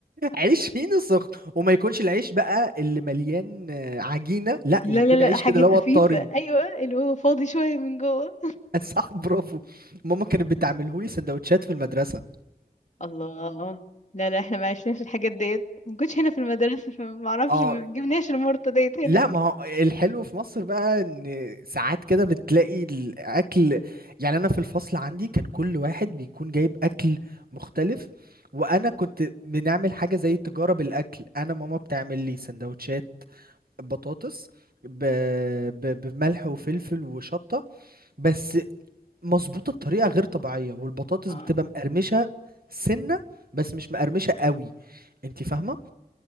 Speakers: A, on the right (about 75°); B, on the left (about 50°).
A: عيش فينو سخن وما يكونش العيش بقى اللي مليان آه، عجينه لا
B: لا
A: يكون
B: لا لا
A: عيش
B: حاجة
A: كده اللي هو
B: خفيفة
A: الطري
B: ايوه اللي هو فاضي شوية من جوه
A: <laughs> صح برافو ماما كانت بتعمله لي سندوتشات في المدرسه
B: الله لا لا احنا ما عشناش الحاجات ديت ما كنتش هنا في المدرسة فما اعرفش
A: اه
B: ما جبناش المرطة ديت هناك
A: لا ما هو الحلو في مصر بقى ان ساعات كده بتلاقي الاكل يعني انا في الفصل عندي كان كل واحد بيكون جايب اكل مختلف وانا كنت بنعمل حاجه زي تجاره بالاكل انا ماما بتعمل لي سندوتشات بطاطس ب... ب... بملح وفلفل وشطه بس مظبوطه بطريقه غير طبيعيه والبطاطس
B: اه
A: بتبقى مقرمشه سنه بس مش مقرمشه قوي انت فاهمه